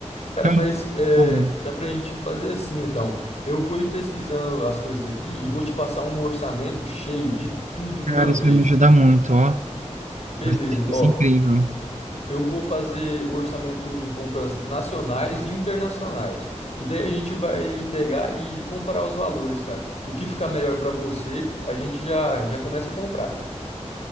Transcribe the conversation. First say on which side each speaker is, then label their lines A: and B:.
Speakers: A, on the left; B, on the right.
A: Cara,
B: Cara,
A: mas é,
B: tá bom.
A: dá pra gente fazer assim, então. Eu vou ir pesquisando as coisas aqui e vou te passar um orçamento cheio de tudo de
B: cara,
A: uma
B: isso
A: vez.
B: vai me ajudar muito, ó.
A: Beleza.
B: Vai ser
A: Ó,
B: vai ser incrível.
A: Eu vou fazer o orçamento em compras nacionais e internacionais. E daí a gente vai pegar e comparar os valores, cara. O que ficar melhor pra você, a gente já já começa a comprar.